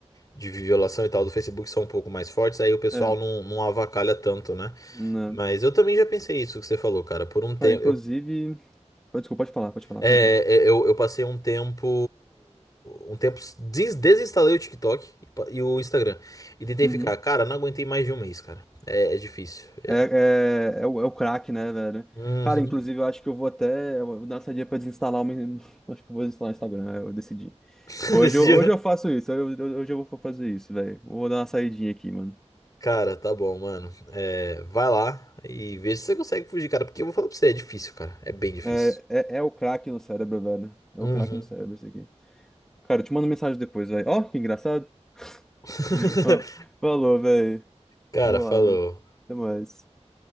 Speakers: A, on the left; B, in the centre.
A: de violação e tal do Facebook são um pouco mais fortes, aí o pessoal
B: É,
A: não, não avacalha tanto, né?
B: né?
A: Mas eu também já pensei isso que você falou, cara. Por um
B: Cara,
A: tempo,
B: inclusive. pô, Desculpa, pode falar, pode falar,
A: É,
B: perdão.
A: é, eu, eu passei um tempo. Um tempo. des- desinstalei o TikTok e, pa- e o Instagram. E tentei
B: Uhum.
A: ficar. Cara, não aguentei mais de um mês, cara. É, é difícil. É
B: É,
A: di-
B: é, é o, é o crack, né, velho?
A: Uhum.
B: Cara, inclusive, eu acho que eu vou até eu vou dar uma saidinha pra desinstalar o meu. <laughs> Acho que eu vou desinstalar o Instagram, é, eu decidi.
A: <laughs>
B: Hoje
A: Desse
B: eu,
A: dia.
B: hoje eu faço isso, hoje eu, hoje eu vou fazer isso, velho. Vou dar uma saidinha aqui, mano.
A: Cara, tá bom, mano. É, vai lá e veja se você consegue fugir, cara. Porque eu vou falar pra você, é difícil, cara. É bem difícil.
B: É, é, é o crack no cérebro, velho. É
A: Uhum.
B: o crack no cérebro esse aqui. Cara, eu te mando mensagem depois, velho. Ó, que engraçado.
A: <laughs>
B: <laughs> Ó, falou, velho.
A: Cara,
B: Vou
A: falou.
B: lá, velho. Até mais.